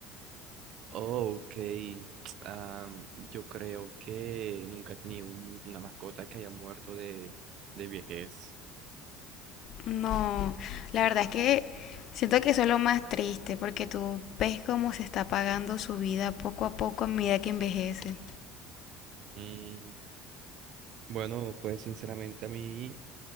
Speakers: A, on the right; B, on the left.
A: Oh, ok. <tsk> Am, yo creo que nunca he tenido un- una mascota que haya muerto de, de vejez.
B: No, la verdad es que siento que eso es lo más triste, porque tú ves cómo se está apagando su vida poco a poco a medida que envejece.
A: Mm, bueno, pues sinceramente a mí